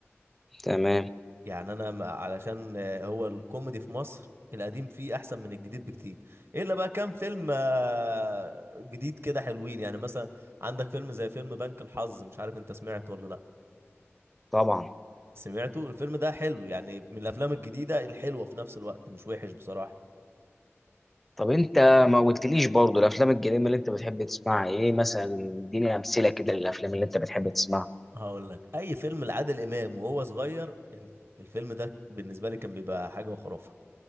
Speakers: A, in the centre; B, on the right.
A: تمام
B: يعني انا ما- علشان آه، هو الكوميدي في مصر القديم فيه احسن من الجديد بكتير الا بقى كام فيلم آه، جديد كده حلوين يعني مثلا عندك فيلم زي فيلم بنك الحظ مش عارف انت سمعته ولا لا
A: طبعا
B: سمعته الفيلم ده حلو يعني من الافلام الجديده الحلوه في نفس الوقت مش وحش بصراحه
A: طب انت ما قلتليش برضو الافلام القديمه اللي انت بتحب تسمعها ايه مثلا اديني امثله كده للافلام اللي انت بتحب تسمعها
B: هقول لك اي فيلم لعادل امام وهو صغير ال- الفيلم ده بالنسبه لي كان بيبقى حاجه وخرافه